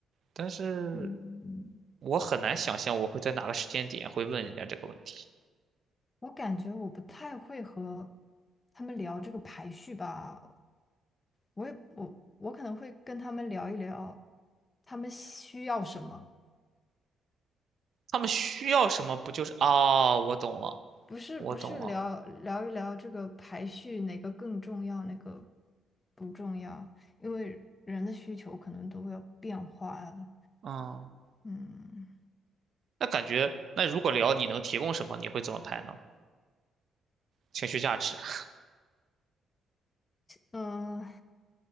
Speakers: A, on the right (about 55°); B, on the left (about 25°).
A: 但是
B: 嗯，
A: 我很难想象我会在哪个时间点会问人家这个问题。
B: 我感觉我不太会和他们聊这个排序吧。我也我我可能会跟他们聊一聊，他们需要什么。
A: 他们需要什么？不就是啊？我懂了，
B: 不是不是聊聊一聊这个排序哪个更重要，
A: 我懂了。
B: 哪个不重要，因为人的需求可能都会有变化的。
A: 嗯，
B: 嗯
A: 那感觉，那如果聊你能提供什么，你会怎么拍呢？情绪价值啊、
B: 嗯、呃